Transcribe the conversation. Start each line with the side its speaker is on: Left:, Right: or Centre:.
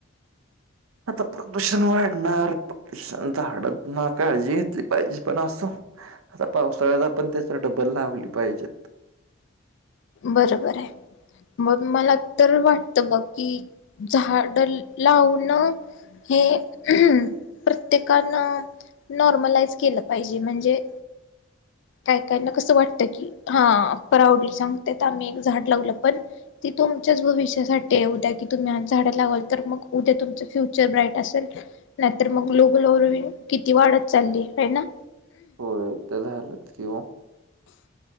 Right: आता प्रदूषण वाढणार प्रदषण झाड काळजी घेतली पाहिजे पण असो आता पावसाळ्याला पण त्याच डबल लावली पाहिजेत
Left: बरोबर आहे. मं मला तरं वाटतं बघं कि झाडं लावूनं हे प्रत्येकानं नॉर्मलाईज केलं पाहिजे म्हणजे कायं कायं नां कसं वाटतं की हां प्राऊडली सांगते आम्हीं एक झाडं लावलं पणं ती तुमच्यांच भविष्यांसाठी उद्यां की तुम्हीं आंज झाडं लावालं तरं मंग उद्यां तुमचं फ्युचर ब्राईट असेल. नाहीतर मग ग्लोबल वर्मिंग किती वाढत चालली हाय ना.
Right: होय ते तर झालं च किं ओ.